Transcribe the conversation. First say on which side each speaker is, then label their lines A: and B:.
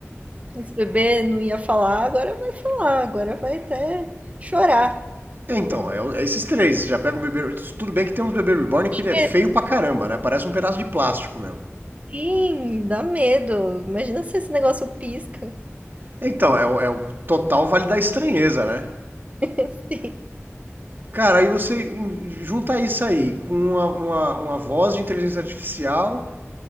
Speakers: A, on the right; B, on the right.
A: esse bebê não ia falar, agora vai falar, agora vai até chorar.
B: É, então, é, é esses três. Já pega um bebê. Tudo bem que tem uns bebês reborn que ele é
A: É,
B: feio pra caramba, né? Parece um pedaço de plástico mesmo.
A: Sim, dá medo. Imagina se esse negócio pisca.
B: Então, é, o- é o total vale da estranheza, né?
A: <laughs> Sim.
B: Cara, aí você em- junta isso aí com uma, uma, uma voz de inteligência artificial